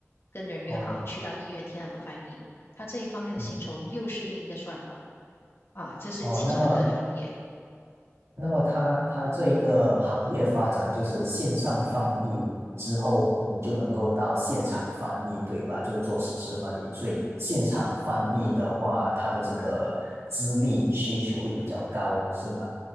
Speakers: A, on the left; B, on the right.
A: 跟人约好去到医院听他们翻译。
B: 哦。
A: 他这一方面的薪酬又是另一个算法
B: 嗯。
A: 啊，这是其中一个行业。
B: 哦，那么，那么它它这个行业发展就是线上翻译之后，你就能够到现场翻译，对吧？就做实时翻译。所以现场翻译的话，它的这个资历需求会比较高，是吗？